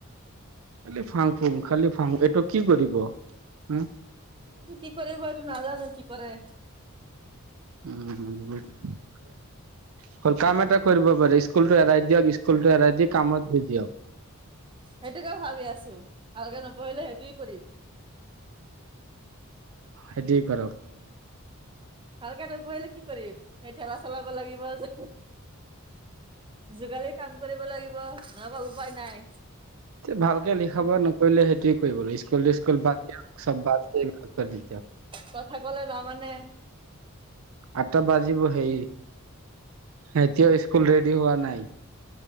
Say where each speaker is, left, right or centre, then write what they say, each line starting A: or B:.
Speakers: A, on the right; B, on the right.
A: খালি ফাং ফুং খালি ফাং এইটো কি কৰিব হো।
B: এইটো কি কৰিব এইটো নাজানো কি কৰে।
A: উম হবদে <unintelligible> অকল কাম এটা কৰিব পাৰে স্কুল টো এৰাই দিয়ক স্কুল টো এৰাই দি কামত দি দিয়ক
B: সেইটোকে ভাবি আছো। ভালকে নপঢ়িলে সেইটোৱে কৰিম।
A: সেইটিৱেই কৰক।
B: ভালকে নপহিলে কি কৰিম সেই ঠেলা চলাব লাগিব যে যোগালি কাম কৰিব লাগিব নহবা উপায় নাই।
A: ভালকে লিখা
B: কথা
A: নৰিলে সেইটোয়ে কৰিব লাগিব ই স্কুল স্কুল বাদ দিয়ক চব বাদ দিয়ক দি
B: কথা কলে নামানে
A: আঠটা বাজিব হে এতিয়াও স্কুল ৰেডি হোৱা নাই।